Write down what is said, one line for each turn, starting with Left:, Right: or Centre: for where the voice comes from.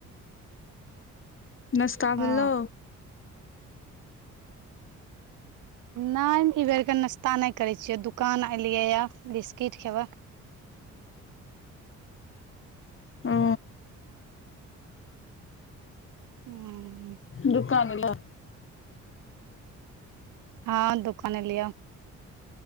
Left: नसता भेलो,
Right: ओ नहि ई बेरके नाश्ता नहि करैत छियै दुकान एऐलियै बिस्किट खेबह।
Left: ओ
Right: हूँ
Left: दुकान अएला
Right: हँ दोकान अएलिओ